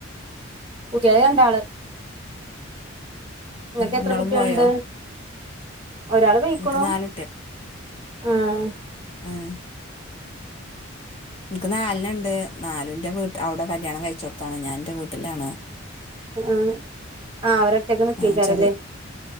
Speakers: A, on the right (about 25°); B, on the left (about 25°).
A: കൂട്ടൃള്, രണ്ടാള്. ഇങ്ങക്കെത്ര
B: രണ്ടാള്
A: കുട്ട്യെള്ണ്ട്
B: പോയോ
A: ഒരാള് പൊയ്ക്ക്ണു
B: എനിക്ക് നാല്
A: ആഹ്
B: ആഹ് ഇന്ക്ക് നാൽ നണ്ട് നാലുന്റെ വീട്ട് അവ്ടെ കല്യാണം കഴിച്ചോട്ത്താണ് ഞാന് ഇന്റെ വീട്ട്ലാണ്
A: ആഹ് ആഹ് ആഹ് അവരൊറ്റക്ക് നിക്കേക്കാരല്ലേ
B: ആഹ് ചെറിയ